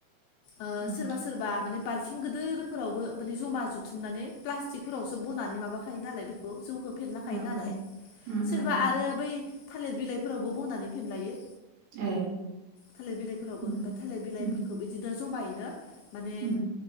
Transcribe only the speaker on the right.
उम उम
उम
उम
उम उम
ए
उम
उम
उम